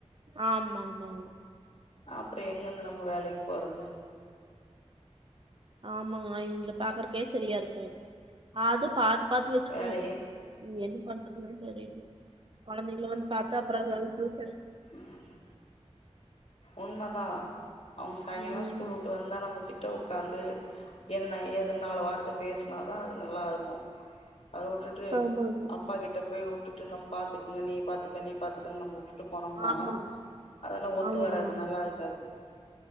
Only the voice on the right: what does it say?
ஆமா ஆமாங்க
ஆமாங்க இவிங்கள பாக்குறக்கே சரியா இருக்கு அது பாத் பாத்து வெச்சுக்கணு
என்ன உக்காண்டு இருந்தது தெரிலீங்க கெழந்தைங்கள வந்து பத்தா அப்றோ அதுக அழுதுட்டு
ம்
ஆமாங்க
ஆமாங்க
ஆமா
ஆமாங்க